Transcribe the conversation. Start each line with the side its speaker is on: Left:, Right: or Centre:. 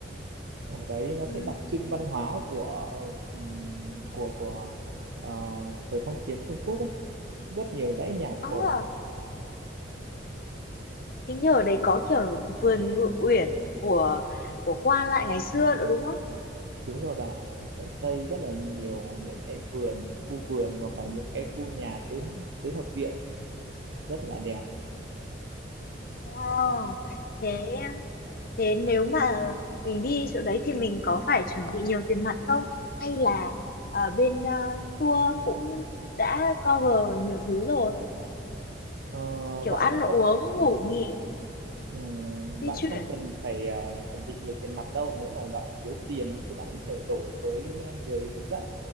Right: ở đấy nó
Left: ừ.
Right: sẽ đặc trưng văn hóa của ừm, của của ờ, thời phong kiến Trung Quốc ấy. rất nhiều dãy nhà
Left: à,
Right: cổ
Left: hình như ở đấy có kiểu vườn ngự uyển của của qua lại ngày xưa nữa đúng không
Right: Đúng rồi bạn ạ, nó sẽ xây rất là nhiều những cái vườn, khu vườn hoặc là những cái khu nhà tứ tứ hợp viện rất là đẹp.
Left: Ờ,
Right: Bạn
Left: thế thế nếu mà mình đi chỗ đấy thì mình có phải chuẩn bị nhiều tiền mặt không hay là ở bên ờ, tour cũng đã cover nhiều thứ rồi
Right: ờ,
Left: kiểu
Right: bạn
Left: ăn
Right: sẽ
Left: uống
Right: không
Left: ngủ nghỉ
Right: ừm,
Left: di
Right: bạn
Left: chuyển
Right: không cần phải ờ, chuẩn bị nhiều tiền mặt đâu, nếu mà bạn thiếu tiền thì bạn có thể đổi với ờ, người hướng dẫn